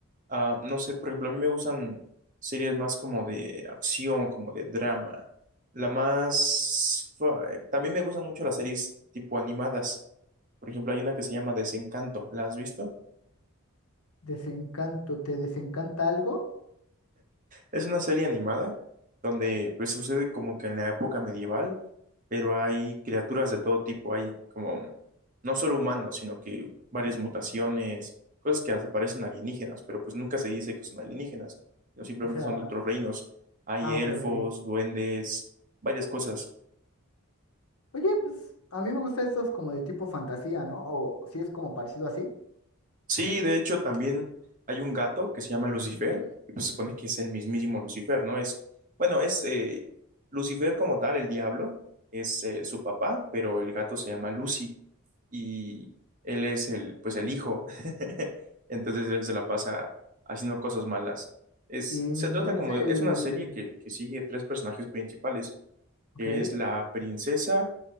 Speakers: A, on the right; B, on the left.
A: Ah, no sé, por ejemplo, a mí me gustan series más como de acción, como de drama. La más... fa- También me gustan mucho las series tipo animadas. Por ejemplo, hay una que se llama Desencanto. ¿La has visto?
B: Desencanto, ¿te desencanta algo?
A: Es una serie animada donde pues sucede como que en la época medieval, pero hay criaturas de todo tipo, hay como no solo humanos, sino que varias mutaciones, cosas que hasta parecen alienígenas, pero pues nunca se dice que son alienígenas, no simplemente
B: O sea,
A: son de otros reinos. Hay
B: ah,
A: elfos,
B: ok, ok.
A: duendes, varias cosas.
B: Oye, pues a mí me gustan estos como de tipo fantasía, ¿no? O si es como parecido así.
A: Sí, de hecho también hay un gato que se llama Lucifer, y pues se supone que es el mismísimo Lucifer, ¿no? Es, bueno, es eh, Lucifer como tal, el diablo, es eh, su papá, pero el gato se llama Lucy, y él es el, pues el hijo, <laughs> entonces él se la pasa haciendo cosas malas. Es,
B: Y no
A: se trata
B: es
A: como, de-
B: el...
A: es una serie que, que sigue tres personajes principales,
B: Ok.
A: que es la princesa,